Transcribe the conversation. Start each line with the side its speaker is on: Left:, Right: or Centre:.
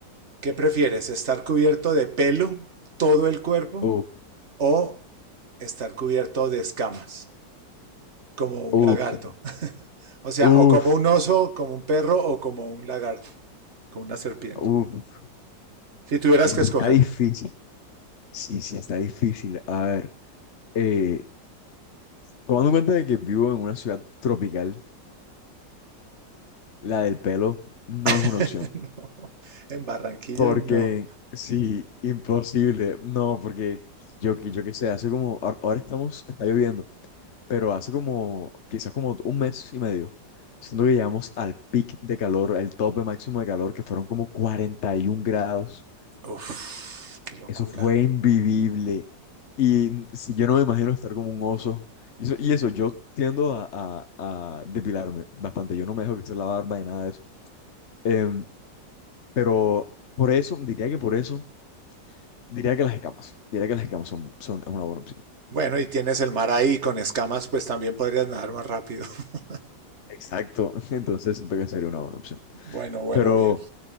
Right: ¿Qué prefieres? ¿Estar cubierto de pelo todo el cuerpo
Left: Uf,
Right: o estar cubierto de escamas, como un
Left: uf,
Right: lagarto. <laughs> O sea,
Left: uf,
Right: o como un oso, como un perro o como un lagarto, como una serpiente.
Left: uf,
Right: Si tuvieras
Left: está
Right: que escoger.
Left: difícil. Sí, sí, está difícil. A ver, eh, tomando en cuenta de que vivo en una ciudad tropical, la del pelo no
Right: <laughs>
Left: es una opción.
Right: No, en Barranquilla
Left: Porque,
Right: no.
Left: sí, imposible. No, porque yo, que- yo qué sé, hace como, ahor- ahora estamos, está lloviendo, pero hace como, quizás como un mes y medio, siento que llegamos al pic de calor, el tope máximo de calor, que fueron como 41 grados.
Right: Uf, qué locura.
Left: Eso fue invivible. Y n- si yo no me imagino estar como un oso. Y eso, y eso, yo tiendo a, a- a depilarme bastante. Yo no me dejo crecer la barba y nada de eso. Em, pero por eso, diría que por eso, diría que las escamas. Diría que las escamas son, son es una buena opción.
Right: Bueno, y tienes el mar ahí con escamas, pues también podrías nadar más rápido. <laughs>
Left: Exacto. <laughs> Entonces siento que sería una buena opción.
Right: Bueno, bueno,
Left: Pero,
Right: bien.